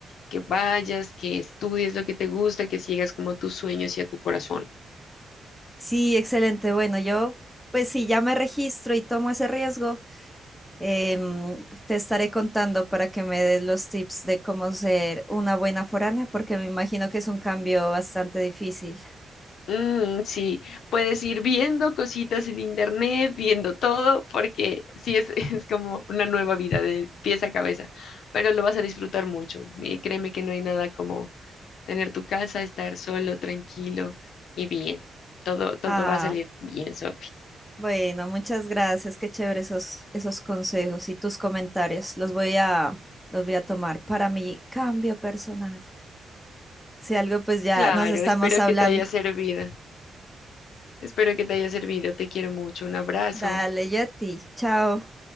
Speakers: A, on the left; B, in the centre.
A: que vayas, que estudies lo que te gusta, que sigas como tus sueños y a tu corazón.
B: Sí, excelente. Bueno, yo, pues si ya me registro y tomo ese riesgo, em, te estaré contando para que me des los tips de cómo ser una buena foránea, porque me imagino que es un cambio bastante difícil.
A: Mm, sí, puedes ir viendo cositas en internet, viendo todo, porque sí es, <laughs> es como una nueva vida de pies a cabeza, pero lo vas a disfrutar mucho. Y créeme que no hay nada como tener tu casa, estar solo, tranquilo y bien. Todo, todo
B: Ah,
A: va a salir bien, Sofi.
B: bueno, muchas gracias. Qué chévere esos, esos consejos y tus comentarios. Los voy a, los voy a tomar para mi cambio personal. Si algo, pues ya
A: Claro,
B: nos estamos
A: espero
B: hablando.
A: que te haya servido. Espero que te haya servido. Te quiero mucho. Un abrazo.
B: Dale, Yeti. Chao.